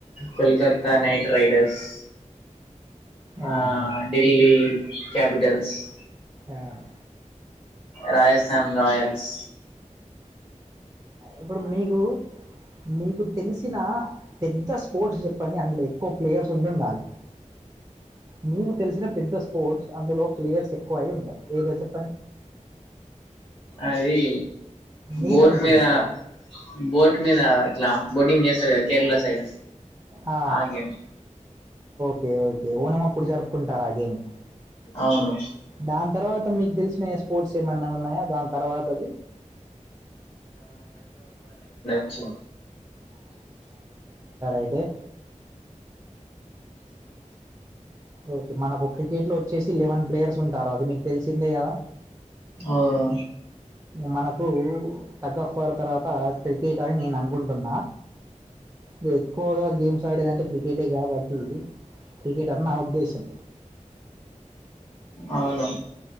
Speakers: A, on the left; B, on the right.
A: కొల్కత్తా నైట్ రైడర్స్
B: యా
A: ఆ
B: యా
A: ఢిల్లీ క్యాపిిటల్స్ అ
B: ఆ
A: రాజస్థాన్ రయల్స్
B: ఇప్పుడు మీకు మీకు తెలిసిన పెద్ద స్పోర్ట్స్ చెప్పండి అందులో ఎక్కువ ప్లేయర్స్ ఉండిండాలి మీీకు తెలిసిన పెద్ద స్పోర్ట్స్ అందులో ప్లేయర్స్ ఎక్కువ అయి్య ఉంటారు ఏదో చెప్ప
A: అది
B: మీరు
A: బోట్
B: అనుకునేది
A: మీ రా బోట్ మీ రా ఇలా బోటింగ్ చేసారు కేరళ సైడ్
B: ఆ,
A: ఆగేం
B: ఓకే ఓకే ఓనంప్పుడు జరుపుకుంటారా గేమి
A: అవును
B: దాని తర్వాత మీకు తెలిసిన స్పోర్ట్స్ ఏమన్నా ఉన్నాయాో దాని తర్వాత అది
A: వచ్చ
B: యితే ఓకే మనకు క్రికెట్ లో వచ్చేసి లెవెన్ ప్లేయర్స్ ఉంటారు అది మీకు తెలిసిందే కదా
A: అవును
B: మనకు తగ్గఫర్ తర్వాత క్రికెట్ అని నేను అనుకుంటున్నా ఇ ఎక్కువగా గేమ్స్ ఆడేదంటే క్రికెటే కాబట్టి క్రికెట్ అన్నా దేశం
A: అవును